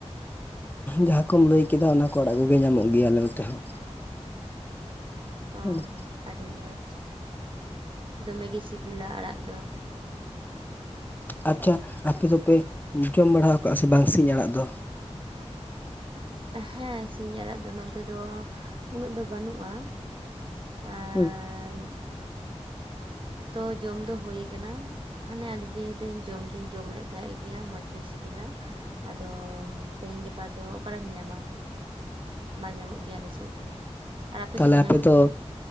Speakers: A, on the left; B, on the right.
A: ᱡᱟᱦᱟᱸ ᱠᱚᱢ ᱞᱟᱹᱭ ᱠᱮᱫᱟ ᱚᱱᱟ ᱠᱚ ᱟᱲᱟᱜ ᱠᱚᱜᱮ ᱧᱟᱢᱚᱜ ᱜᱮᱭᱟ ᱟᱞᱮ ᱱᱚᱛᱮ ᱦᱚᱸ
B: ᱚ
A: ᱦᱮᱸ
B: ᱟᱹᱰᱤ ᱢᱚᱸᱡᱽ ᱫᱚᱢᱮ ᱜᱤ ᱥᱤᱵᱤᱞᱟ ᱟᱲᱟᱜ ᱫᱚ᱾
A: ᱟᱪᱪᱷᱟ ᱟᱯᱮ ᱫᱚᱯᱮ ᱡᱚᱢ ᱵᱟᱲᱟ ᱟᱠᱟᱜᱼᱟ ᱥᱮ ᱵᱟᱝ ᱥᱤᱧ ᱟᱲᱟᱜ ᱫᱚ
B: ᱦᱮᱸ ᱥᱤᱧ ᱟᱲᱟᱜ ᱫᱚ ᱱᱚᱛᱮ ᱫᱚ ᱩᱱᱟᱹᱜ ᱫᱚ ᱵᱟᱹᱱᱩᱜᱼᱟ᱾ ᱟᱨ
A: <unintelligible>
B: ᱛᱚ ᱡᱚᱢ ᱫᱚ ᱦᱩᱭ ᱠᱟᱱᱟ ᱦᱟᱱᱮ ᱟᱹᱰᱤ ᱫᱤᱱᱨᱤ ᱡᱚᱢ ᱫᱩᱧ ᱡᱚᱢ ᱞᱮᱫ ᱛᱟᱦᱮᱜ ᱜᱮᱭᱟ ᱢᱚᱸᱡᱽ ᱜᱮ ᱥᱤᱵᱤᱞᱟ ᱟᱫᱚ ᱛᱮᱦᱮᱧ ᱜᱟᱯᱟ ᱫᱚ ᱚᱠᱟᱨᱮᱢ ᱧᱟᱢᱟ ᱵᱟᱝ ᱧᱟᱢᱚᱜ ᱜᱮᱭᱟ ᱟᱞᱮ ᱥᱮᱫ ᱫᱚ ᱟᱨ
A: ᱛᱟᱞᱮ
B: ᱥᱮᱫ
A: ᱟᱯᱮ
B: ᱧᱟᱢᱚᱜ
A: ᱫᱚ
B: ᱜᱮᱭᱟ